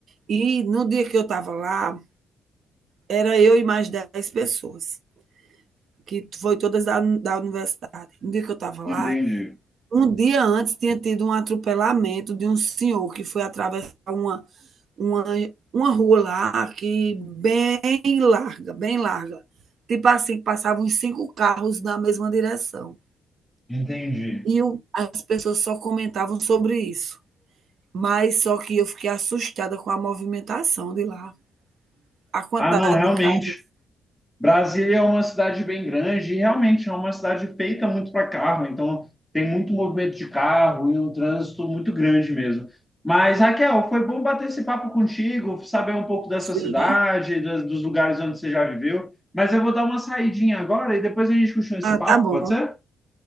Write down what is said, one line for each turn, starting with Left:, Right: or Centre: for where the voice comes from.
Right: E no dia que eu estava lá, era eu e mais 10 pessoas, que foi todas da, da universidade. No dia que eu estava lá,
Centre: Entendi.
Right: Um dia antes tinha tido um atropelamento de um senhor que foi atravessar uma, uma, uma rua lá, que bem larga, bem larga. Tipo assim, passavam uns cinco carros na mesma direção.
Centre: Entendi.
Right: E eu, as pessoas só comentavam sobre isso. Mas só que eu fiquei assustada com a movimentação de lá. A quantidade
Centre: Ah, não, realmente.
Right: de carros.
Centre: Brasília é uma cidade bem grande e realmente é uma cidade feita muito para carro, então tem muito movimento de carro e um trânsito muito grande mesmo. Mas, Raquel, foi bom bater esse papo contigo, saber um pouco da
Right: Sim.
Centre: sua cidade, dos dos lugares onde você já viveu. Mas eu vou dar uma saidinha agora e depois a gente continua esse
Right: Ah,
Centre: papo,
Right: tá bom.
Centre: pode ser?